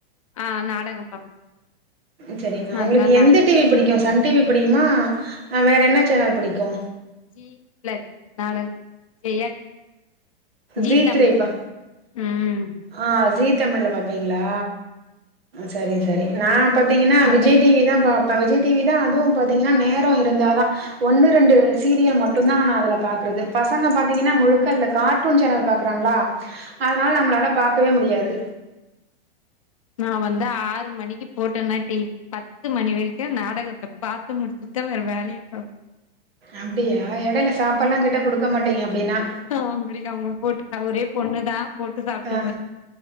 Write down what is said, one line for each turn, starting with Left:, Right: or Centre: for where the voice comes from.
Left: ஆ நடக பாப்
Right: செரிங்களா
Left: நல்லா
Right: உங்களுக்கு
Left: நா
Right: எந்த டிவி புடிக்கு சன் டி வி புடிக்குமா வேற என்ன சேனல் புடிக்கு
Left: ஜி பெளக் நானன் ஜெய ஜி
Right: ஜீ
Left: தமிழ்
Right: த்ரீப்பா
Left: ம்
Right: ஆ ஜி தமிழ்ல பாப்பீங்ளா சேரி சேரி நா பாத்தீங்னா
Left: அது
Right: விஜய் டிவி தா பாப்பே விஜய் டிவி தா அதுவு பாத்தீங்னா நேரோ இருந்தாத ஒன்னு ரெண்டு சீரியல் மட்டுதா நா அதுல பாக்கறது பசங்க பாத் தீங்னா முழுக்க அதுல கார்ட்டூன் சேனல் பாக்கறாங்ளா அதனால நம்மளால பாக்கவே முடியாது
Left: நா வந்து ஆறு மணிக்கு போட்டன டிவி பத்து மணி வரைக்கு நாடகத்த பாத்து முடிச்சுட்டு வேற வேலையே பாப்
Right: அப்டியா இடையில சாப்பாடெல்லா கேட்டா கொடுக்க மாட்டீங்க அப்டினா
Left: அ அப்டி ஆமா போட்டு ஒரே பொண்ணு தா போட்டு சாப்ட்டுகோ
Right: ஆ